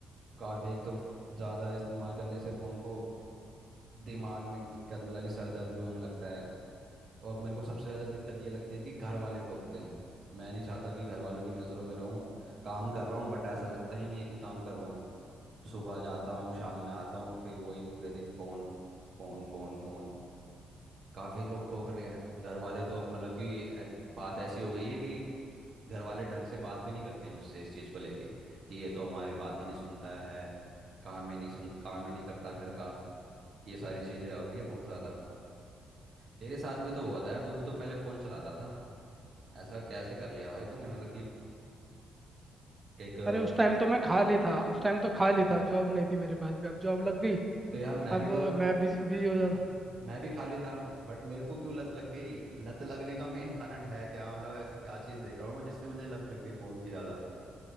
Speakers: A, on the right; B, on the right.
A: काफ़ी एक तो ज़्यादा इस्तेमाल करने से फ़ोन को दिमाग में एक दिक्कत मतलब कि सर दर्द भी होने लगता है और मेरे को सबसे ज़्यादा दिक्कत ये लगती है कि घर वाले टोकते हैं मैं नहीं चाहता कि घर वालों की नज़रों में रहूँ काम कर रहा हूँ बट ऐसा लगता ही नहीं है कि काम कर रहा हूँ सुबह जाता हूँ शाम में आता हूँ फिर वही पूरे दिन फ़ोन फ़ोन फ़ोन फ़ोन काफ़ी लोग टोक रहे हैं घर वाले तो मतलब कि ऐ- बात ऐसी हो गई है कि घर वाले ढंग से बात भी नहीं करते हैं मुझसे इस चीज़ को लेके कि ये तो हमारी बात ही नहीं सुनता है काम ही नहीं सुन काम ही नहीं करता घर का ये सारी चीज़ें हो रही है बहुत ज़्यादा तेरे साथ भी तो हुआ था यार तू भी तो पहले फ़ोन चलाता था ऐसा कैसे कर लिया भाई तूने मतलब कि एक
B: अरे उस टाइम तो मैं खाली था उस टाइम तो खाली था जॉब नहीं थी मेरे पास भी अब जॉब लग गई
A: तो यार मैं भी
B: अब
A: तो
B: मैं बिजी बिजी हो जाता
A: मैं भी खाली था बट मेरे को क्यों लत लग गई लत लगने का मेन कारण है क्या मतलब ऐसी क्या चीज़ देख रहा हूँ मैं जिससे मुझे लत लग गई फ़ोन की ज़्यादा